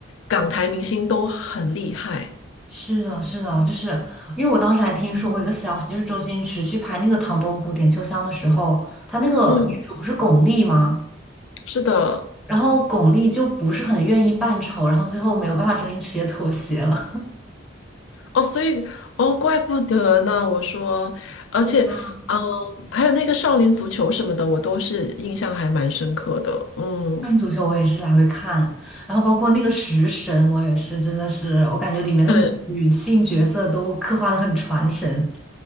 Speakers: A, on the left; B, in the centre.
A: 港台明星都很厉害，
B: 是的，是的，就是因为我当时还听说过一个消息，就是周星驰去拍那个《唐伯虎点秋香》的时候，他那个女主不是巩俐吗？
A: 嗯，是的。
B: 然后巩俐就不是很愿意扮丑，然后最后没有办法，周星驰也妥协了。
A: 哦，所以哦，怪不得呢。我说，而且，
B: 对
A: 嗯，还有那个少林足球什么的，我都是印象还蛮深刻的。嗯，
B: 少林足球 <laughs> 我也是来回看，然后包括那个食神，我也是真的是，我感觉里面的女性角色都刻画的很传神。
A: 对